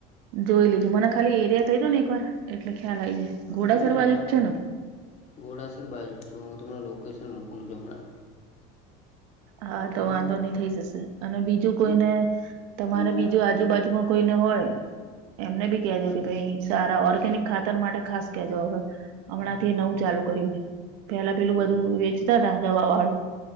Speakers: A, on the right (about 80°); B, on the left (about 35°).
A: જોઈ લીજું મને ખાલી એરિયા થઇ જ ને એક વાર એટલે ખ્યાલ આવી જાય ઘોડાસર
B: હા એટલે
A: બાજુ
B: આપણે
A: જ છે ને
B: ઘોડાસર બાજુ છે હ હું તમને લોકેશન મોકલું છું હમણાં
A: હા તો
B: બરાબર
A: વાંધો નહી થઈ જશે અને બીજું કોઈને
B: અને
A: તમારે
B: અને
A: બીજું આજુબાજુમાં કોઈને હોય એમને બી કેજો
B: હમ
A: કે ભાઈ સારા ઓર્ગેનિક ખાતર માટે ખાસ કેજો હવે હમણાં
B: હમ
A: થી નવું ચાલુ કર્યું છે પેલા પેલું બધું
B: બરાબર
A: વેચતા હતા દવા વાળું